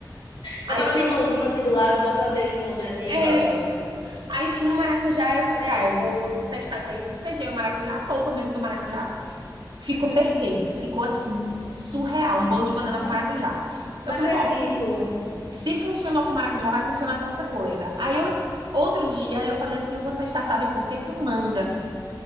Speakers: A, on the left; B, on the right.
A: Botar
B: Aí
A: um
B: tinha
A: limãozinho
B: um.
A: assim do lado, bota aquele limãozinho assim e
B: É,
A: pronto.
B: Aí tinha um maracujá, eu falei, ah, eu vou testar, que aí despejei o maracujá, a polpa mesmo do maracujá. Ficou
A: Uhum.
B: perfeito, ficou assim, surreal, um bolo de banana
A: Não,
B: com maracujá.
A: não
B: Eu falei,
A: acredito.
B: ó, se funcionou com maracujá, vai funcionar com outra coisa. Aí eu, outro dia eu falei assim, eu vou testar, sabe com o quê? Com manga.